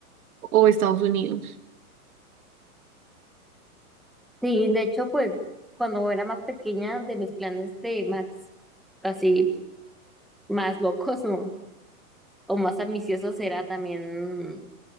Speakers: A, on the right; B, in the centre.
A: o Estados Unidos.
B: Sí, de hecho, pues cuando era más pequeña, de mis planes de más, así, más locos, <laughs> ¿no? o más ambicioso será también